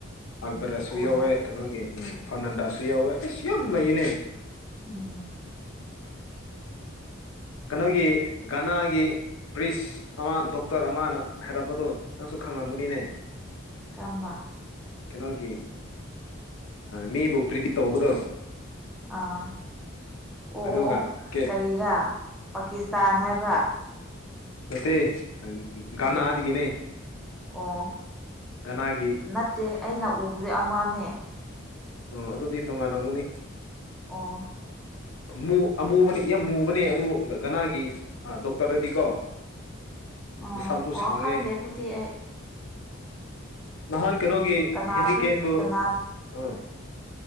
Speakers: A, on the left (about 70°); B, in the centre.
A: ꯑꯜꯕꯥꯔꯦꯁꯁꯨ
B: ꯎꯝ ꯎꯗꯦ
A: ꯌꯥꯎꯋꯦ ꯀꯩꯅꯣꯒꯤ ꯎꯝ ꯐꯥꯔꯅꯥꯟꯗꯦꯁꯁꯨ ꯌꯥꯎꯋꯦ ꯑꯩꯁ ꯌꯥꯝ ꯂꯩꯌꯦꯅꯦ
B: ꯎꯝ
A: ꯒꯅꯥꯒꯤ ꯒꯅꯥꯒꯤ ꯄ꯭ꯔꯤꯁ ꯑꯃ ꯗꯣꯛꯇꯔ ꯑꯃꯅ ꯍꯥꯏꯔꯝꯕꯗꯨ ꯅꯪꯁꯨ ꯈꯪꯂꯝꯒꯅꯤꯅꯦ
B: ꯀꯔꯝꯕ
A: ꯀꯩꯅꯣꯒꯤ ꯃꯤꯕꯨ ꯄꯔꯤꯗꯤꯛ ꯇꯧꯕꯗꯣ
B: ꯑꯥ ꯑꯣ
A: ꯑꯗꯨꯒ
B: ꯑꯣ
A: ꯀꯦ
B: ꯀꯔꯤꯔ ꯄꯥꯀꯤꯁꯇꯥꯟ ꯍꯥꯏꯕ꯭ꯔ
A: ꯅꯠꯇꯦ
B: ꯀꯔꯤ
A: ꯒꯅꯥꯗꯒꯤꯅꯦ
B: ꯑꯣ
A: ꯒꯅꯥꯒꯤ
B: ꯅꯠꯇꯦ ꯑꯩꯅ ꯎꯕꯗꯤ ꯑꯃꯅꯦ
A: ꯑꯣ ꯑꯗꯨꯗꯤ ꯇꯣꯉꯥꯟꯂꯝꯒꯅꯤ
B: ꯑꯣ
A: ꯨꯃꯨ ꯑꯃꯨꯕꯅꯤ ꯌꯥꯝ ꯃꯨꯕꯅꯦ ꯑꯗꯨ ꯒꯅꯥꯒꯤ ꯗꯣꯛꯇꯔꯗꯗꯤꯀꯣ
B: ꯑꯣ
A: ꯃꯁꯝꯁꯨ ꯁꯥꯡꯉꯦ
B: ꯑꯣ ꯈꯪꯗꯦ ꯑꯗꯨꯗꯤ ꯑꯩ
A: ꯅꯍꯥꯟ ꯀꯩꯅꯣꯒꯤ
B: ꯀꯅꯥ
A: ꯍꯦꯔꯤ
B: ꯄ꯭ꯔꯤꯛ
A: ꯀꯦꯟꯕꯨ
B: ꯀꯅꯥ
A: ꯎꯝ